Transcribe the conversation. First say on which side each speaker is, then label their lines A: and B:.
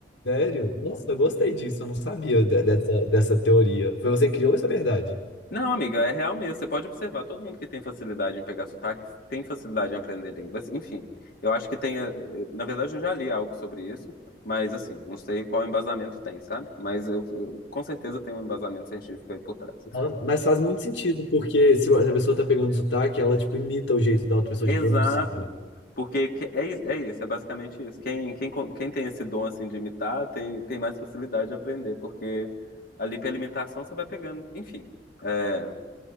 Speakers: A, on the left; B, on the left.
A: sério. Nossa, eu gostei disso, eu não sabia de- dessa dessa teoria. Foi você que criou essa verdade?
B: Não, amiga, é real mesmo. Você pode observar, todo mundo que tem facilidade em pegar sotaque tem facilidade em aprender línguas. Enfim, eu acho que tem. eh, eu- Na verdade, eu já li algo sobre isso, mas assim, não sei qual embasamento tem, sabe? Mas eu, eu- com certeza tem um embasamento científico aí por trás.
A: Ah, Mas faz muito sentido, porque se a pessoa tá pegando sotaque, ela tipo imita o jeito da outra pessoa
B: Exato.
A: de pronunciar, né?
B: Porque que- é, is- é isso, é basicamente isso. Quem, quem, con- quem tem esse dom assim de imitar tem, tem mais facilidade de aprender, porque ali pela imitação você vai pegando. Enfim, é,